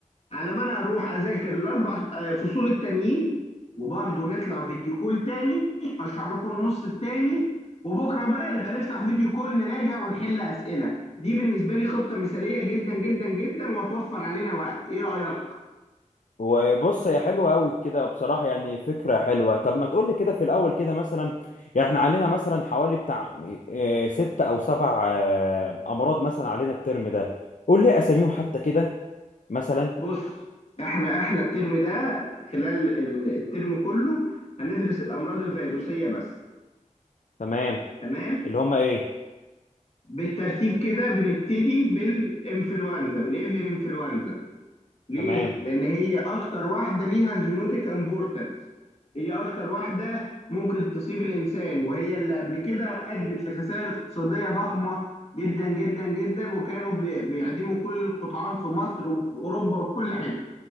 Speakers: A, on the left; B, on the left.
A: على ما انا اروح اذاكر الاربع آه، فصول التانيين وبرضه نطلع فيديو كول تاني اشرح لكم النص التاني وبكره بقى نبقى نفتح فيديو كول نراجع ونحل اسئله دي بالنسبه لي خطه مثاليه جدا جدا جدا وهتوفر علينا وقت ايه رايك
B: وبص هي حلوة أوي كده بصراحة يعني فكرة حلوة طب ما تقولي كده في الأول كده مثلا يعني احنا علينا مثلا حوالي بتاع آه، ست أو سبع آه، أمراض مثلا علينا الترم ده قول لي أساميهم حتى كده مثلا
A: بص احنا احنا الترم ده خلال ال- الترم كله هندرس الامراض الفيروسيه بس
B: تمام
A: تمام
B: اللي هما إيه
A: فبالترتيب كده بنبتدي بالانفلونزا بالاvian انفلونزا ليه؟
B: تمام
A: لأن هي أكتر واحدة ليها زينوتيك امبورتنس هي أكتر واحدة ممكن تصيب الإنسان وهي اللي قبل كده أدت لخسائر اقتصادية ضخمة جدا جدا جدا وكانوا بي- بيعدموا كل القطعان في مصر وفي أوروبا وفي كل حتة